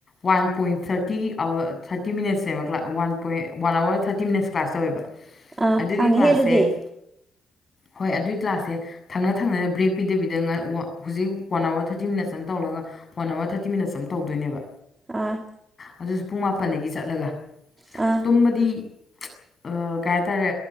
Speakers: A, on the left; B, on the right.
A: one point thirty hour thirty ꯃꯤꯅꯠꯁꯅꯦꯕ ꯀ꯭ꯂ one point one hour thirty minutes class ꯇꯧꯋꯦꯕ
B: ꯑꯥ
A: ꯑꯗꯨꯒꯤ
B: ꯁꯥꯡꯉꯤꯍꯦ
A: ꯀ꯭ꯂꯥꯁꯁꯦ
B: ꯑꯗꯨꯗꯤ
A: ꯍꯣꯏ ꯑꯗꯨꯒꯤ ꯀ꯭ꯂꯥꯁꯁꯦ ꯊꯪꯅ ꯊꯪꯅꯅ ꯕ꯭ꯔꯦꯛ ꯄꯤꯗꯕꯤꯗ ꯍꯧꯖꯤꯛ ꯋꯥꯟ ꯑꯋꯥꯔ ꯊꯥꯔꯇꯤ ꯃꯤꯅꯠꯁ ꯑꯃ ꯇꯧꯔꯒ ꯋꯥꯟ ꯑꯋꯥꯔ ꯊꯥꯔꯇꯤ ꯃꯤꯅꯠꯁ ꯑ ꯑꯃ ꯇꯧꯗꯣꯏꯅꯦꯕ
B: ꯑꯥ
A: ꯑꯗꯨꯁꯨ ꯄꯨꯡ ꯃꯥꯄꯟꯗꯒꯤ ꯆꯠꯂꯒ
B: ꯑꯥ
A: ꯇꯨꯝꯕꯗꯤ ꯑ ꯀꯩ ꯍꯥꯏꯇꯥꯔꯦ